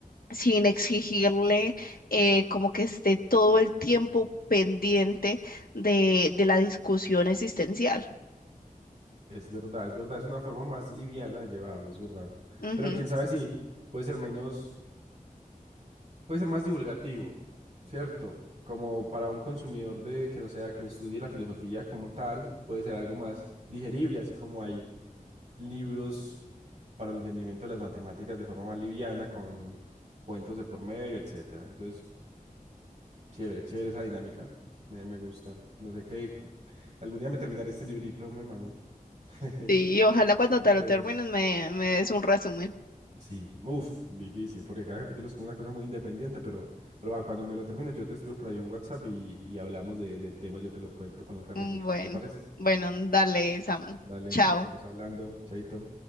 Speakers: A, on the left; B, on the right.
A: sin exigirle eh, como que esté todo el tiempo pendiente de, de la discusión existencial.
B: Es verdad, es verdad, es una forma más liviana de llevarlo, es verdad.
A: Ujú.
B: Pero quién sabe si puede ser menos puede ser más divulgativo, ¿cierto? Como para un consumidor de que no sea, que no estudie la filosofía como tal, puede ser algo más digerible, así como hay libros para el entendimiento de las matemáticas de forma más liviana, con cuentos de por medio, etcétera. Entonces, chévere, chévere esa dinámica. Me, me gusta. No sé qué. cu- Algún día me terminaré este librito, mi hermano. <laughs>
A: Sí, y ojalá cuando
B: Listo,
A: te lo termines me, me des un resumen.
B: Sí, uff, difícil, porque cada capítulo es como una cosa muy independiente, pero, pero va, cuando me lo termines yo te escribo por ahí un WhatsApp y, y hablamos de- del tema, yo te lo cuento con un cafecito,
A: Bueno,
B: ¿te parece?
A: bueno, dale, Samu.
B: Dale,
A: Chao.
B: estamos hablando, chaito.